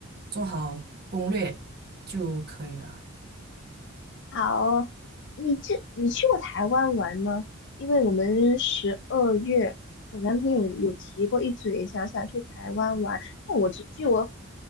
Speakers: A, on the right; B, on the left.
A: 做好攻略就可以了。
B: 好，你这你去过台湾玩吗？因为我们十二月，我男朋友有提过一嘴，想想去台湾玩。那我只据我